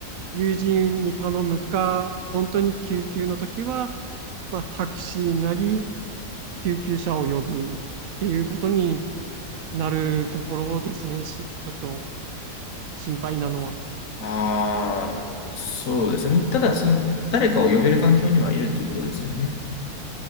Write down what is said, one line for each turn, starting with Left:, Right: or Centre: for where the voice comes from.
Right: 友人に頼むか、本当に救急の時は、まあ、タクシーなり救急車を呼ぶっていうことになるところですね、しちょっと心配なのは。
Left: ああ、そうですね。ただ、その、誰かを呼べる環境にはいるってことですよね。